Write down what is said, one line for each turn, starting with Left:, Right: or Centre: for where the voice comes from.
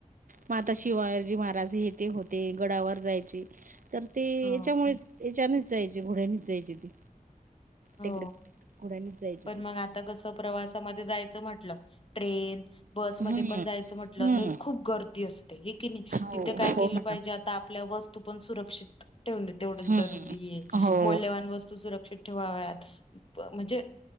Right: म आता शिवाजी महाराज हे ते होते गडावर जायचे तर ते
Left: हो.
Right: याच्यामुळे याच्यानीच जायचे घोड्यांनीच जायचे ते
Left: हो,
Right: तइकड घोड्यानीच जायची
Left: पण
Right: ते
Left: मग आता कस प्रवासामध्ये जायचं म्हंटलं ट्रेन बसमध्ये
Right: हं.
Left: पण जायचं म्हटलं
Right: हं.
Left: त खूप गर्दी असते हे की नी
Right: हो,
Left: तिथे काय
Right: हो
Left: केलं
Right: मॅडम.
Left: पाहिजे आता आपल्या बस तो पण सुरक्षित ठेवणे तेवढ
Right: हम्म.
Left: जरुरी ये
Right: हो.
Left: मौल्यवान वस्तू सुरक् ठेवाव्यात म्हणजे